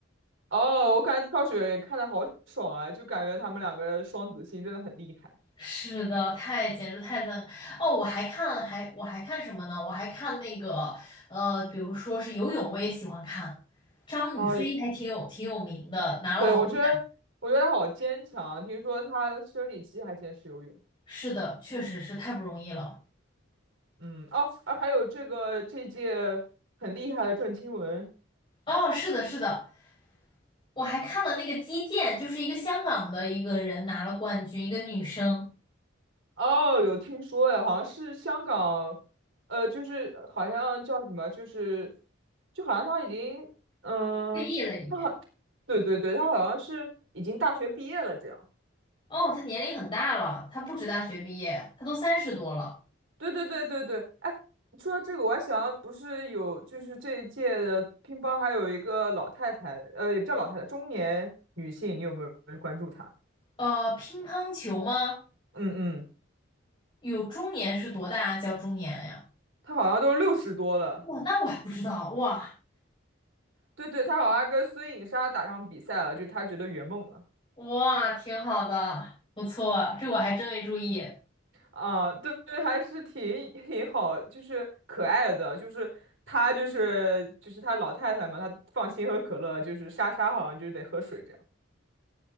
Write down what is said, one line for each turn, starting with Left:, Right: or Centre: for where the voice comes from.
Right: 哦，我感觉跳水看的好爽啊，就感觉他们两个双子星真的很厉害。
Left: 是的，太简直太赞！哦，我还看还我还看什么呢？我还看那个呃，比如说是游泳，我也喜欢看。张雨霏还挺有挺有名的，
Right: 哦，
Left: 拿了好多奖。
Right: 对，我觉得我觉得他好坚强啊。听说他的生理期还坚持游泳。
Left: 是的，确实是太不容易了。
Right: 嗯，哦，啊，还有这个这届很厉害的郑钦文。
Left: 哦，是的，是的，我还看了那个击剑，就是一个香港的一个人拿了冠军，一个女生
Right: 哦，有听说呀，好像是香港，呃，就是好像叫什么，就是就好像他已经，嗯，
Left: 退役了已经。
Right: 他好，对对对，他好像是已经大学毕业了这样。
Left: 哦，她年龄很大了，她不止大学毕业，她都三十多了。
Right: 对对对对对，哎，说到这个，我还想到，不是有就是这一届的乒乓还有一个老太太，呃，也不叫老太太，中年女性，你有没有关注她？
Left: 呃，乒乓球吗？
Right: 嗯嗯，
Left: 有中年是多大啊叫中年呀？
Right: 她好像都六十多了。
Left: 哇，那我还不知道。哇
Right: 对对，她好像跟孙颖莎打上比赛了，就她觉得圆梦了。
Left: 哇，挺好的，不错，这我还真没注意，
Right: 啊，对对，还是挺挺好，就是可爱的，就是她就是就是她老太太嘛，她放心喝可乐，就是莎莎好像就是得喝水这样。